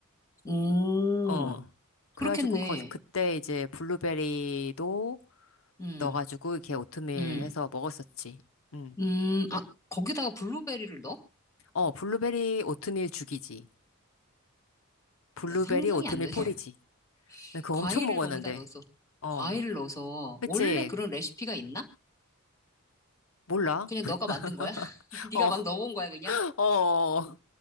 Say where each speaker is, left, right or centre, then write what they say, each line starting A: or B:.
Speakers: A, on the left; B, on the left.
A: 오.
B: 어. 그래가지고
A: 그렇겠네.
B: 거, 그때 이제 블루베리도
A: 음.
B: 넣어가지고 이렇게 오트밀
A: 음.
B: 해서 먹었었지. 응.
A: 음. 아 거기다가 블루베리를 넣어?
B: 어, 블루베리 오트밀 죽이지. 블루베리
A: 야 상상이
B: 오트밀
A: 안 되네.
B: 폴이지.
A: <laughs>
B: 나 그거
A: 과일을
B: 엄청 먹었는데.
A: 거기다 넣어서
B: 어.
A: 과일을 넣어서
B: 그치?
A: 원래 그런 레시피가 있나?
B: 몰라?
A: 그냥 너가 만든 거야?
B: <laughs>
A: <laughs> 네가
B: 어,
A: 막 넣어본 거야, 그냥?
B: 어.